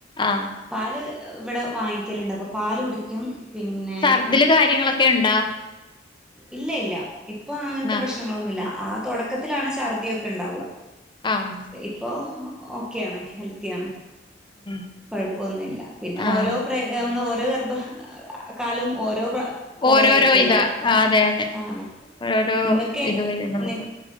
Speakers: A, on the left; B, in the centre.
A: ആഹ്
B: പാല് ഇവിടെ വാങ്ങിക്കല്ണ്ട് അപ്പ പാല് കുടിക്കും പിന്നെ
A: ശർദിൽ കാര്യങ്ങളൊക്കെ ണ്ടാ
B: ഇല്ല ഇല്ല ഇപ്പൊ അങ്ങൻത്തെ
A: ആഹ്
B: പ്രശ്നങ്ങളൊന്നുല്ല ആഹ് പ്രോഡക് <unintelligible> ക്കണ്ടാവും
A: ആഹ്
B: ഇപ്പോ ഓകെയാണ് ഹെൽ തിയാണ്
A: ഉം
B: കൊഴപ്പൊന്നുല്ല പിന്നെ
A: ആഹ്
B: ഓരോ പ്ര ഗർഭ കാലോം ഓരോ പോലെ
A: ഓരോരോ
B: ആയിരിക്കല്ലോ
A: ഇതാ ആഹ് അതെ അതെ
B: ആഹ്
A: ഓരോരോ
B: നിങ്ങക്ക്
A: ഇത് വരും നമ്മക്
B: നി